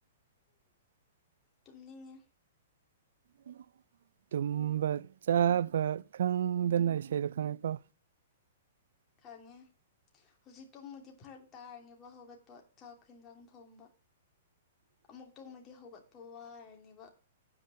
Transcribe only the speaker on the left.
ꯇꯨꯃꯅꯤꯡꯉꯦ
ꯈꯪꯉꯦ ꯍꯧꯖꯤꯛ ꯇꯨꯝꯃꯗꯤ ꯐꯔꯛ ꯇꯥꯔꯅꯦꯕ ꯍꯧꯒꯠꯄ ꯆꯥꯛ ꯌꯦꯟꯖꯥꯡ ꯊꯣꯡꯕ ꯑꯃꯨꯛꯇꯣꯡꯃꯗꯤ ꯍꯧꯒꯠꯄ ꯋꯥꯔꯅꯦꯕ